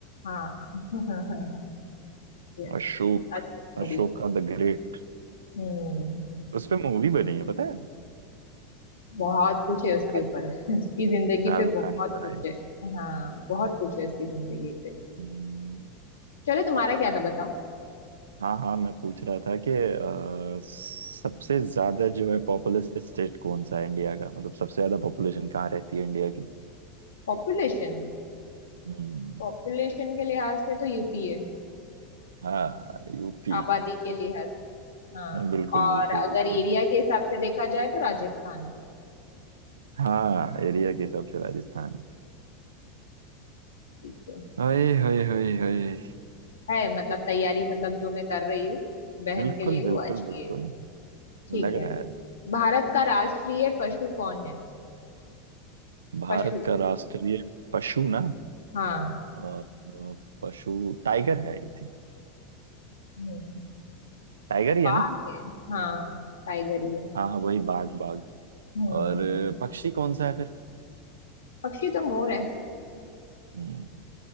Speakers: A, on the left; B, on the right.
A: हाँ <laughs> यस
B: अशोक
A: अशोक मौर्य
B: Ashoka the great
A: हम्म
B: उस पे मूवी बनी है पता है
A: बहुत कुछ है उसके
B: शाहरुख
A: ऊपर <laughs> उसकी जिंदगी
B: शाहरुख
A: पे बहुत
B: खान ने बनाई
A: कुछ
B: है।
A: है हाँ बहुत कुछ है उसकी जिंदगी पे
B: हम्म,
A: चलो तुम्हारा क्या था बताओ
B: हाँ हाँ मैं पूछ रहा था कि अ, सबसे ज्यादा जो है पॉपुलस स्टेट कौन सा है इंडिया का मतलब सबसे ज्यादा पॉपुलेशन कहाँ रहती है इंडिया की
A: पॉपुलेशन
B: हम्म,
A: पॉपुलेशन के लिहाज से तो यूपी है
B: हाँ यूपी
A: आबादी के लिहाज से हाँ
B: <laughs> बिल्कुल
A: और
B: बिल्कुल
A: अगर
B: बिल्कुल
A: एरिया के हिसाब से देखा जाए तो राजस्थान है
B: हाँ एरिया के हिसाब से राजस्थान
A: ठीक है
B: है ओए होए होए होए
A: है मतलब तैयारी मतलब जो मैं कर रही हूँ बहन
B: बिल्कुल
A: के लिए
B: बिल्कुल
A: वो अच्छी
B: बिल्कुल
A: है ठीक
B: लग
A: है
B: रहा है
A: भारत का राष्ट्रीय पशु कौन है
B: भारत
A: पशु
B: का राष्ट्रीय पशु ना
A: हाँ
B: अ, अ, पशु टाइगर है आई थिंक
A: हम्म,
B: टाइगर ही
A: बाघ
B: है ना
A: है हाँ टाइगर ही है
B: हाँ हाँ वही बाघ बाघ
A: हम्म
B: और अ, पक्षी कौन सा है फिर
A: पक्षी तो मोर है
B: हम्म,